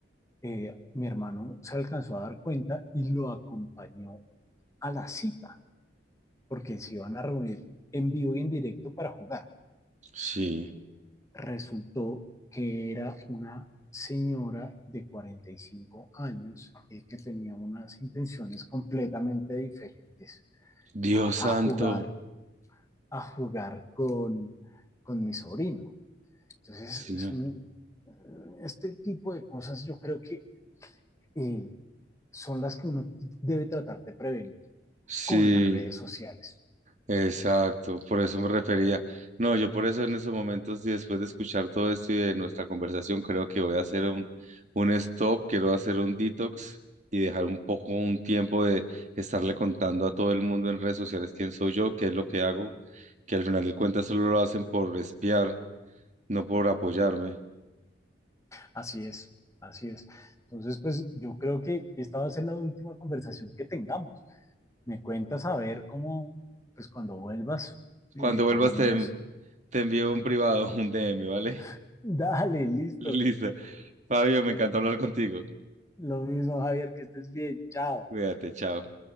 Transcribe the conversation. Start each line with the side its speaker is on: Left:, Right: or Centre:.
Left: Eh, mi hermano se alcanzó a dar cuenta y lo acompañó a la cita, porque se iban a reunir en vivo y en directo para jugar.
Right: sí.
Left: Resultó que era una señora de cuarenta y cinco años eh, que tenía unas intenciones completamente diferentes
Right: Dios
Left: a,
Right: santo.
Left: a jugar, a jugar con, con mi sobrino. Entonces,
Right: Sí,
Left: es un, este tipo de cosas yo creo que eh, son las que uno debe tratar de prevenir
Right: sí.
Left: con las redes sociales.
Right: Exacto, por eso me refería. No, yo por eso en esos momentos y después de escuchar todo esto y de nuestra conversación, creo que voy a hacer un, un stop, quiero hacer un detox y dejar un poco un tiempo de estarle contando a todo el mundo en redes sociales quién soy yo, qué es lo que hago, que al final de cuentas solo lo hacen por espiar, no por apoyarme.
Left: Así es, así es. Entonces, pues yo creo que esta va a ser la última conversación que tengamos. Me cuentas a ver cómo, pues cuando vuelvas, eh,
Right: Cuando vuelvas
Left: por lo menos,
Right: te, te envío un privado, <laughs> un DM, ¿vale?
Left: <laughs> dale, listo.
Right: <laughs> Listo. Fabio, me encanta hablar contigo.
Left: Lo mismo, Javier, que estés bien. Chao.
Right: Cuídate, chao.